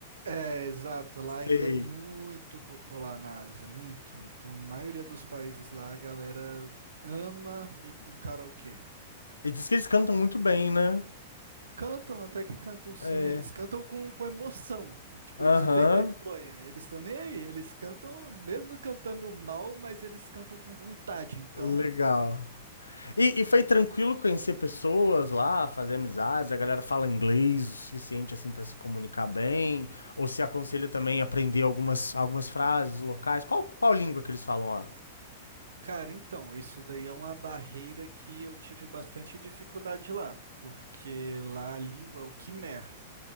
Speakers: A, on the right; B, on the left.
A: É, exato, lá
B: Sei.
A: ainda é muito popular na Ásia, muito. Do maioria dos países lá, a galera ama ir para um karaokê.
B: E diz que eles cantam muito bem, né?
A: Cantam, até que cantam sim,
B: É.
A: eles cantam com, com emoção. Tipo,
B: Aham.
A: eles não têm vergonha, eles estão nem aí, eles cantam, mesmo cantando mal, mas eles cantam com vontade. Então,
B: Legal. E, e foi tranquilo conhecer pessoas lá, fazer amizades? A galera fala inglês o suficiente assim para se comunicar bem? Ou se aconselha também a aprender algumas, algumas frases locais? Qual, qual língua que eles falam lá?
A: cara, então, isso daí é uma barreira que eu tive bastante dificuldade lá, porque lá a língua é o Khmer.